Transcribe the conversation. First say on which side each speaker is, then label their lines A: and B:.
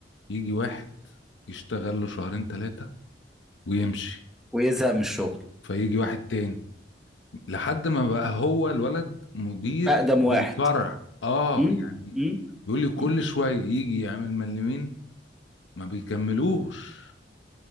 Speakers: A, on the left (about 80°); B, in the centre.
A: يجي واحد يشتغل له شهرين ثلاثة ويمشي
B: ويزهق من الشغل
A: فيجي واحد تاني لحد ما بقى هو الولد مدير
B: اقدم واحد
A: للفرع اه
B: مم.
A: يعني
B: مم.
A: بيقول لي كل
B: مم.
A: شوية يجي يعمل ملمين ما بيكملوش